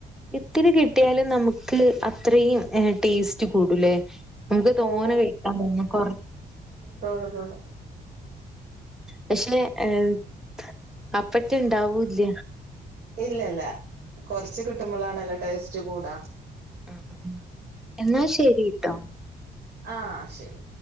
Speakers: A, in the centre; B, on the right.
A: ഇത്തിരി കിട്ടിയാലും നമുക്ക് അത്രയും ടേസ്റ്റ് കൂടൂലേ നമുക്ക് തോന്നേ
B: ഓ
A: കഴിക്കാൻഞ്ഞ് കൊറ
B: തോന്നും തോന്നും
A: പക്ഷെ ഏഹ് അപ്പട്ട ഉണ്ടാവൂല്ല.
B: ഇല്ലില്ല കൊറച്ച് കിട്ടുമ്പോളാണല്ലോ ടേസ്റ്റ് കൂടാ
A: ആഹ് എന്നാ ശെരിട്ടോ.
B: ആഹ് ശെരി.